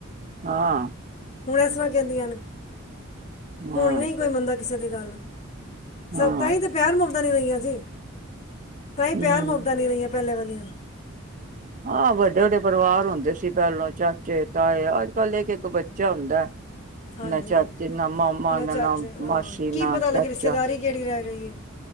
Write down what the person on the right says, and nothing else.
ਹਾਂ,
ਹਾਂ
ਹਾਂ,
ਹੂੰ।
ਹਾਂ ਵੱਡੇ ਵੱਡੇ ਪਰਿਵਾਰ ਹੁੰਦੇ ਸੀ ਪਹਿਲੋਂ ਚਾਚੇ ਤਾਏ ਅੱਜ ਕੱਲ੍ਹ ਇੱਕ ਇੱਕ ਬੱਚਾ ਹੁੰਦਾ।
ਨਾ ਚਾਚੇ ਨਾ ਮਾਮਾ ਨਾ
ਨਾ
ਮਾਸੀ
ਨਾ
ਚਾਚਾ,